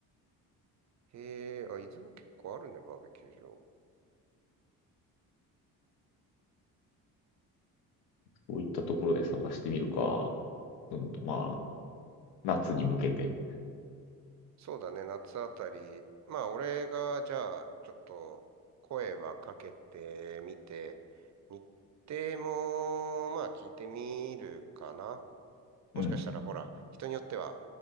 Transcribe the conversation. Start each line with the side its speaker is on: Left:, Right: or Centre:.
Right: へえ、あ、伊豆も結構あるね、バーベキュー場。
Left: こういったところで探してみるか。うん、まあ、夏に向けて。
Right: そうだね、夏あたり。まあ、俺が、じゃあ、ちょっと、声はかけてみて、日程も、まあ、聞いてみるかな。もしかしたら、
Left: うん。
Right: ほら、人によっては、